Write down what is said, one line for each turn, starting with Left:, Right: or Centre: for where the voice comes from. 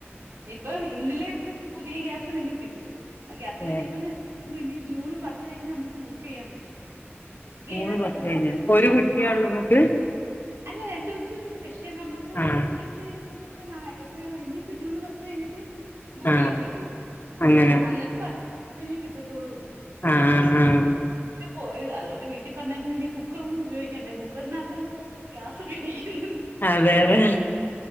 Right: ഇപ്പം ഇന്നലെയാണ് പുതിയ ഗ്യാസ് പിന്നെ കിട്ടിയത് ഗ്യാസ്
Left: ഏഹ്
Right: കിട്ടിയപ്പതന്നെ പറഞ്ഞു ഇനി ജൂൺ പത്ത് കഴിഞ്ഞ് നമുക്ക് ബുക്ക് ചെയ്യാൻ പറ്റത്തൊള്ളൂ ബുക്കീതാ
Left: മൂന്ന്
Right: പത്ത്
Left: കഴിഞ്ഞ്
Right: പതിനഞ്ചൂസം
Left: ഒരു
Right: കഴിഞ്ഞ്
Left: കുറ്റിയാള്ളൂ
Right: ആ
Left: ഇങ്ങക്ക്
Right: അല്ല രണ്ട് കുറ്റിയുണ്ട് പക്ഷെ നമുക്ക് ഒരു
Left: ആഹ്
Right: കുറ്റി ഇടുത്ത് കഴിഞ്ഞാ പ്പ നാ എത്ര ഇനിപ്പൊ ജൂൺ പത്ത് കഴിഞ്ഞിട്ടെ ബുക്കിയ്യാൻ
Left: ആഹ്
Right: പറ്റുള്ളൂ
Left: അങ്ങനെ
Right: എന്നിട്ട് പത്തുസം കഴിഞ്ഞ് കിട്ടത്തൊള്ളൂന്ന്
Left: ആഹ് ആഹ്
Right: പോയത് അതുകൊണ്ട് വീട്ടിൽ പറഞ്ഞേക്കുന്നത് ഇനി കുക്കറൊന്നും ഉപയോഗിക്കേണ്ടേ കുക്കറിനകത്താവുമ്പോളല്ലേ ഗ്യാസ് ഉപയോഗിക്കുന്നത്
Left: അതെ അതെ